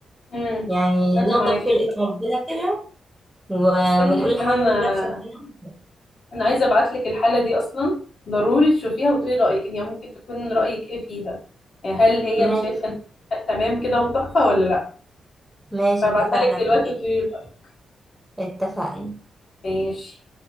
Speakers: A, on the left; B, in the centre.
A: امم
B: يعني
A: انا
B: نرضى
A: معاكي
B: بخلقه
A: بقى
B: ربنا كده و-
A: استني
B: ونقول
A: عشان
B: الحمد
A: انا
B: لله بشكلنا
A: انا عايزه ابعت لك الحاله دي اصلا ضروري تشوفيها وتقولي رايك يعني ممكن تكون رايك ايه فيها يعني هل هي
B: ماشي
A: أنت شايفه إن تمام كده وتحفه ولا لا
B: ماشي
A: فابعتها
B: اتفقنا
A: لك دلوقتي
B: بحاجة
A: وتقولي رايك
B: اتفقنا
A: ماشي